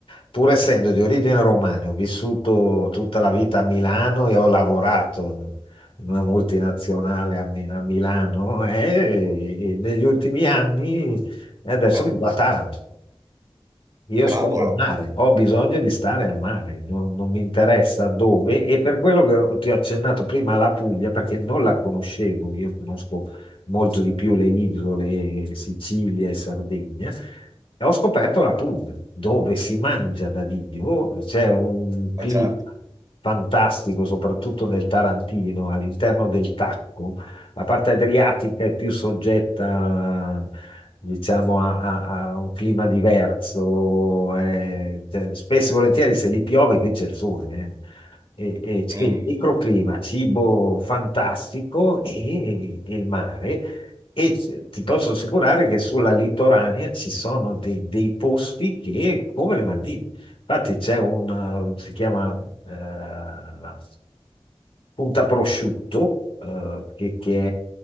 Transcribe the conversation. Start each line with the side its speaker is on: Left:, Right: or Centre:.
Left: Pur essendo di origine romana, ho vissuto tutta la vita a Milano e ho lavorato in una multinazionale a, Mi- a Milano eh, e negli ultimi anni, e adesso
Right: <laughs>
Left: vivo a Taranto. Io sto
Right: Cavolo,
Left: al mare, ho bisogno di stare al mare, non, non mi interessa dove e per quello che ho- ti ho accennato prima la Puglia, perché non la conoscevo, io conosco molto di più le isole, Sicilia e Sardegna, e ho scoperto la Puglia, dove si mangia da Dio, c'è un clima
Right: ma certo. <laughs>
Left: fantastico, soprattutto nel Tarantino, all'interno del Tacco la parte adriatica è più soggetta, diciamo, a, a- a un clima diverso. eh, cioè, spesso e volentieri se lì piove qui c'è il sole. eh. E, e
Right: Mhm.
Left: quindi microclima, cibo fantastico e, e il mare. E c- ti posso assicurare che sulla litoranea ci sono dei, dei posti che, come le Maldive, infatti c'è un, eh, si chiama eh, punta prosciutto, eh, che, che